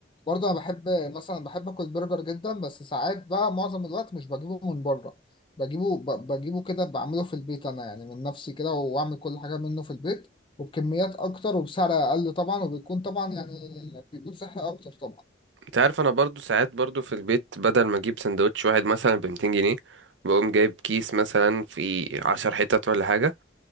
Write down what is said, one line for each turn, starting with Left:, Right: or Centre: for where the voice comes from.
Left: برضه انا بحب مثلا بحب اكل برجر جدا بس ساعات بقى معظم الوقت مش بجيبه من بره بجيبه ب- بجيبه كده بعمله في البيت انا يعني من نفسي كده واعمل كل حاجة منه في البيت وبكميات اكتر وبسعر اقل طبعا وبيكون طبعا يعني بيكون صحي اكتر طبعا
Right: انت عارف انا برضو ساعات برضو في البيت بدل ما اجيب سندوتش واحد مثلا ب 200 جنيه بقوم جايب كيس مثلا في عشر حتت ولا حاجه